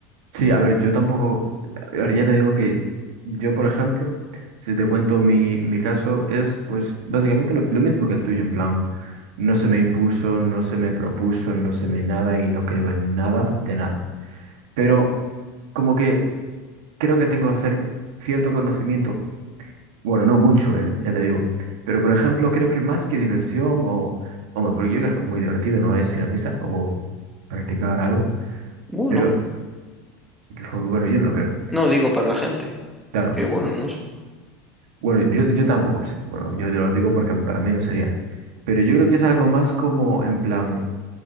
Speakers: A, on the right; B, in the centre.
A: Sí, a ver, yo tampoco, ahora ya te digo que yo, por ejemplo, si te cuento mi, mi caso, es pues básicamente lo, lo mismo que el tuyo, en plan, no se me impuso, no se me propuso, no se me nada y no creo en nada de nada. Pero como que creo que tengo que hacer cierto conocimiento, bueno, no mucho, eh, ya te digo, pero por ejemplo, creo que más que diversión o, hombre, porque yo creo que muy divertido no es ir a misa o practicar algo,
B: bueno,
A: pero bueno, yo no lo creo.
B: no digo para la gente,
A: claro
B: que bueno, no sé.
A: Bueno, yo, yo tampoco sé. Bueno, yo te lo digo porque para mí no sería. Pero yo creo que es algo más como, en plan,